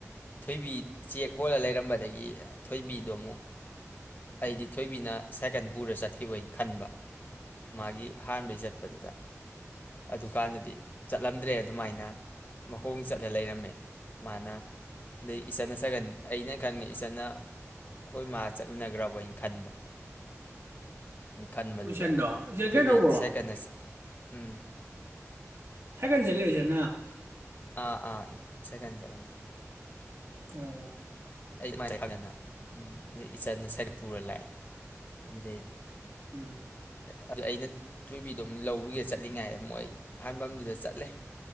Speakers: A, on the left; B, on the right.
A: ꯊꯣꯏꯕꯤ ꯆꯦꯛ ꯍꯣꯜꯂ ꯂꯩꯔꯝꯕꯗꯒꯤ ꯊꯣꯏꯕꯤꯗꯣ ꯑꯃꯨꯛ ꯑꯩꯗꯤ ꯊꯣꯏꯕꯤꯅ ꯁꯥꯏꯀꯜ ꯄꯨꯔ ꯆꯠꯈꯤꯕꯅ ꯈꯟꯕ ꯃꯥꯒꯤ ꯑꯍꯥꯟꯕꯩ ꯆꯠꯄꯗꯨꯗ ꯑꯗꯨꯀꯥꯟꯗꯗꯤ ꯆꯠꯂꯝꯗ꯭ꯔꯦ ꯑꯗꯨꯃꯥꯏꯅ ꯃꯈꯣꯡ ꯆꯠꯂ ꯂꯩꯔꯝꯃꯦ ꯃꯥꯅ ꯑꯗꯩ ꯏꯆꯅꯒ ꯑꯩꯅ ꯈꯟꯒꯦ ꯏꯆꯟꯅ ꯑꯩꯈꯣꯏ ꯃꯥ ꯆꯠꯃꯤꯟꯅꯈ꯭ꯔꯕꯅ ꯈꯟꯕ ꯈꯟꯕꯗꯨꯗ
B: ꯏꯆꯟꯗꯣ ꯏꯆꯟ
A: ꯇꯣꯏꯕꯤ
B: ꯀꯩꯅꯣ ꯇꯧꯕ꯭ꯔꯣ
A: ꯁꯥꯏꯀꯅ ꯎꯝ
B: ꯍꯀꯩꯅ ꯆꯂꯤꯁꯅ
A: ꯑ ꯑꯥ ꯁꯀꯖꯝꯕꯗꯤ
B: ꯎ
A: ꯑꯩꯗꯅ ꯏꯆꯅ ꯁꯔꯛ ꯄꯨꯔ ꯂꯥꯛꯑꯦ ꯑꯗꯩꯗꯤ
B: ꯎꯝ
A: ꯑꯗꯨꯗ ꯑꯩꯅ ꯊꯣꯏꯕꯤꯗꯣ ꯑꯃ ꯂꯧꯔꯨꯒꯦ ꯆꯠꯂꯤꯉꯥꯏ ꯑꯃꯨꯛ ꯑꯩ ꯑꯍꯥꯟꯕꯝꯗꯨꯗ ꯆꯠꯂꯦ